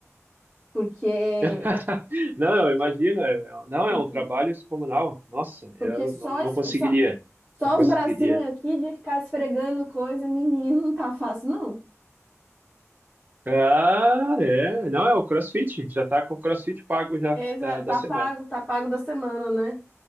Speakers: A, in the centre; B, on the right.
A: Porque,
B: <laughs> não, não, imagina, é- não,
A: porque,
B: é um trabalho descomunal. Nossa,
A: porque
B: eu
A: só,
B: não, não
A: es-
B: conseguiria,
A: só, só
B: não conseguiria.
A: os bracinhos aqui de ficar esfregando coisa, menino, não tá fácil, não.
B: Ah, é. Não, é o CrossFit. Já tá com o CrossFit pago já
A: Exa,
B: da,
A: tá
B: da semana.
A: pago, tá pago da semana, né?